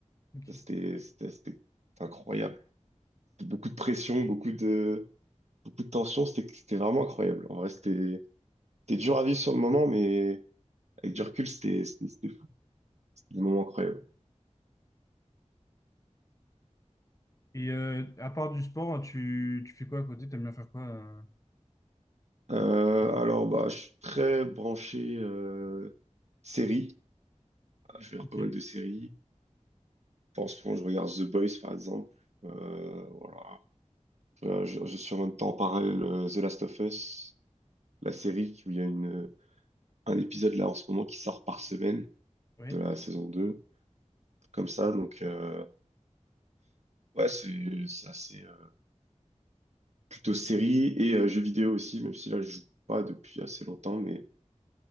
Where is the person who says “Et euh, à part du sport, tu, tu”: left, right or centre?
Left